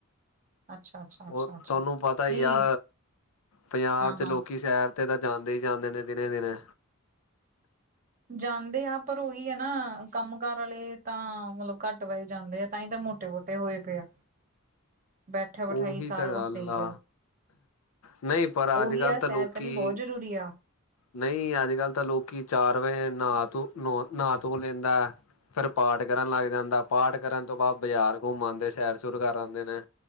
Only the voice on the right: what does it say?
ਅੱਛਾ ਅੱਛਾ
ਅੱਛਾ ਅੱਛਾ
ਨਹੀਂ
ਹਾਂ ਹਾਂ
ਜਾਂਦੇ ਆ ਪਰ ਉਹੀ ਹੈ ਨਾ, ਕੰਮ ਕਾਰ ਆਲੇ ਤਾਂ ਮਤਲਬ ਘੱਟ ਬੱਦ ਜਾਂਦੇ ਆ, ਤਾਂ ਹੀ ਤਾਂ ਮੋਟੇ-ਮੋਟੇ ਹੋਏ ਪਏ ਆ। ਬੈਠਾ ਬਿਠਾਈ
ਸਾਰਾ
ਕੁਛ ਦੇਈ
ਜਾਓ
ਉਹੀ ਆ
ਸੈਰ
ਕਰਨੀ ਬਹੁਤ ਜ਼ਰੂਰੀ ਆ